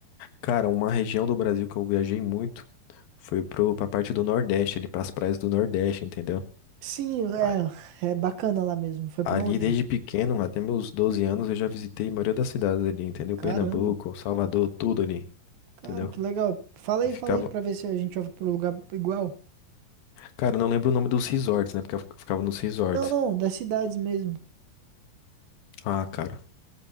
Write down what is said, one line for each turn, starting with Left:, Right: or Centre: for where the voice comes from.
Left: Cara, uma região do Brasil que eu viajei muito foi pro, pra parte do Nordeste, ali pras praias do Nordeste, entendeu?
Right: Sim, é,
Left: A-
Right: é bacana lá mesmo. Foi
Left: Ali,
Right: pra onde?
Left: desde pequeno, até meus 12 anos, eu já visitei a maioria das cidades ali, entendeu?
Right: Caramba,
Left: Pernambuco, Salvador, tudo ali,
Right: cara,
Left: entendeu?
Right: que legal. Fala
Left: Eu
Right: aí,
Left: ficava...
Right: fala aí pra ver se a gente vai pro lugar igual.
Left: Cara, eu não lembro o nome dos resorts, né? Porque eu fic- ficava nos resorts.
Right: Não, não, das cidades mesmo.
Left: Ah, cara,